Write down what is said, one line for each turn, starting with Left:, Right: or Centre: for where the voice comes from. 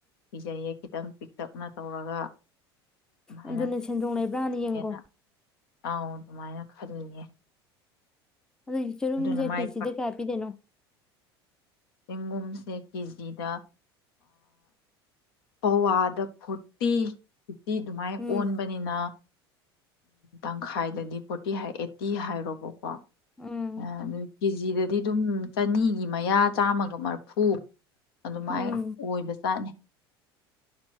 Left: ꯄꯤꯖꯩꯌꯦ ꯈꯤꯇꯪ ꯄꯤꯛꯇꯞꯅ ꯇꯧꯔꯒ ꯑꯗꯨꯃꯥꯏꯅ
Centre: ꯑꯗꯨꯅꯤ ꯁꯦꯟꯗꯣꯡ ꯂꯩꯕ꯭ꯔꯥ
Left: ꯌꯦꯡꯒꯦꯅ
Centre: ꯌꯦꯡꯀꯣ
Left: <unintelligible> ꯑꯗꯨꯃꯥꯏꯅ ꯈꯜꯂꯤꯌꯦ
Centre: ꯑꯗꯨꯒꯤ ꯆꯔꯨꯝꯖ
Left: ꯑꯗꯨꯅ ꯃꯥꯏ
Centre: ꯀꯦꯖꯤꯗ ꯀꯌꯥ ꯄꯤꯗꯣꯏꯅꯣ
Left: ꯇꯦꯡꯡꯒꯨꯝꯁꯦ ꯀꯖꯤꯗ ꯄꯋꯥꯗ ꯐꯣꯔꯇꯤ ꯐꯤꯐꯇꯤ ꯑꯗꯨꯃꯥꯏ
Centre: ꯎꯝ
Left: ꯑꯣꯟꯕꯅꯤꯅ ꯎꯪ ꯈꯥꯏꯗꯗꯤ ꯄꯣꯠ ꯐꯇꯤ ꯑꯩꯠꯇꯤ ꯍꯥꯏꯔꯣꯕꯀꯣ
Centre: ꯎꯝ
Left: ꯑꯗꯨ ꯀꯦꯖꯤꯗꯗꯤ ꯑꯗꯨꯝ ꯆꯅꯤꯒꯤ ꯃꯌꯥ ꯆꯥꯝꯃꯒ ꯃꯔꯐꯨ ꯑꯗꯨꯃꯥꯏꯅ
Centre: ꯎꯝ
Left: ꯑꯣꯏꯕ ꯆꯥꯠꯅꯤ